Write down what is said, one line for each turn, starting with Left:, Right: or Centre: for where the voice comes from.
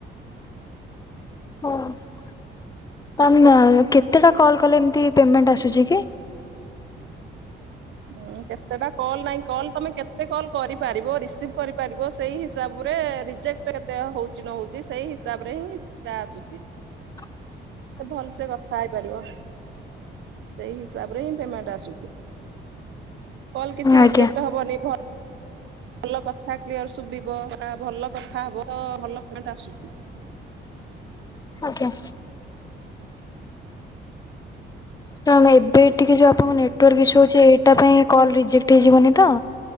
Left: ଓ ଆ ଏମତି ନାଇ କେତେଟା କଲ୍ କଲେ ଏମିତି ପେମେଣ୍ଟ ଆସୁଚି କି?
Right: ହୁଁ କେତେଟା କଲ୍ ନାଇଁ କଲ୍ ତମେ କେତେ କଲ୍ କରିପାରିବ ରିସିଭ କରିପାରିବ ସ୍ ସେଇ ହିସାବରେ ରିଜେକ୍ଟ କେତେ ହୋଉଚି ନ ହୋଉଚି ସେଇ ହିସାବରେ ହିଁ ତା ଆସୁଚି।
Left: ହ
Right: ତ ଭଲସେ କଥା ହେଇପାରିବ ସେଇ ହିସାବରେ ହିଁ ପେମେଣ୍ଟ ଆସୁଚି। କଲ୍ କିଛି ରିଜେକ୍ଟ
Left: ଆଜ୍ଞା
Right: ହବନି ଘ ଭଲ କଥା କ୍ଲିୟର ଶୁଭିବ ବା ଭଲ କଥା ହବ ତ ଭଲ ପେମେଣ୍ଟ ଆସୁଚି।
Left: ଆଜ୍ଞା। ତ ନାଇଁ ଏବେ ଟିକେ ଯୋଉ ଆପଣଙ୍କ ନେଟୱାର୍କ ଇସୁ ହୋଉଚି ଏ ଏଟା ପାଇଁ କଲ୍ ରିଜେକ୍ଟ ହେଇଯିବନି ତ?